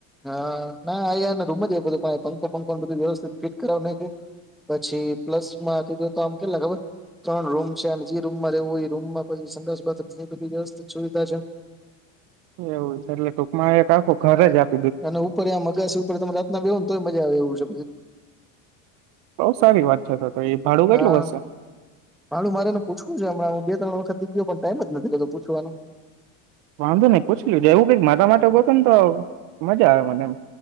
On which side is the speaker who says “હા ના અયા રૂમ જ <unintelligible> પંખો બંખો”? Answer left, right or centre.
Centre